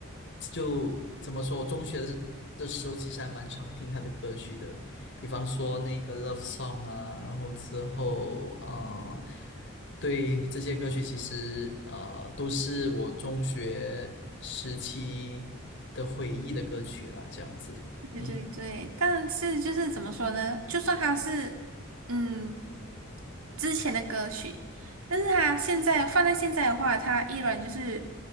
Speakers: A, on the left (about 55°); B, on the right (about 80°).
A: 就怎么说，我中学的的时候其实还蛮常听他的歌曲的，比方说那个《Love Song》啊，然后之后，嗯、对，这些歌曲其实呃都是我中学时期的回忆的歌曲啦，这样子，
B: 对对对，
A: 嗯
B: 但是就是怎么说呢？就算他是嗯之前的歌曲，但是他现在放在现在的话，他依然就是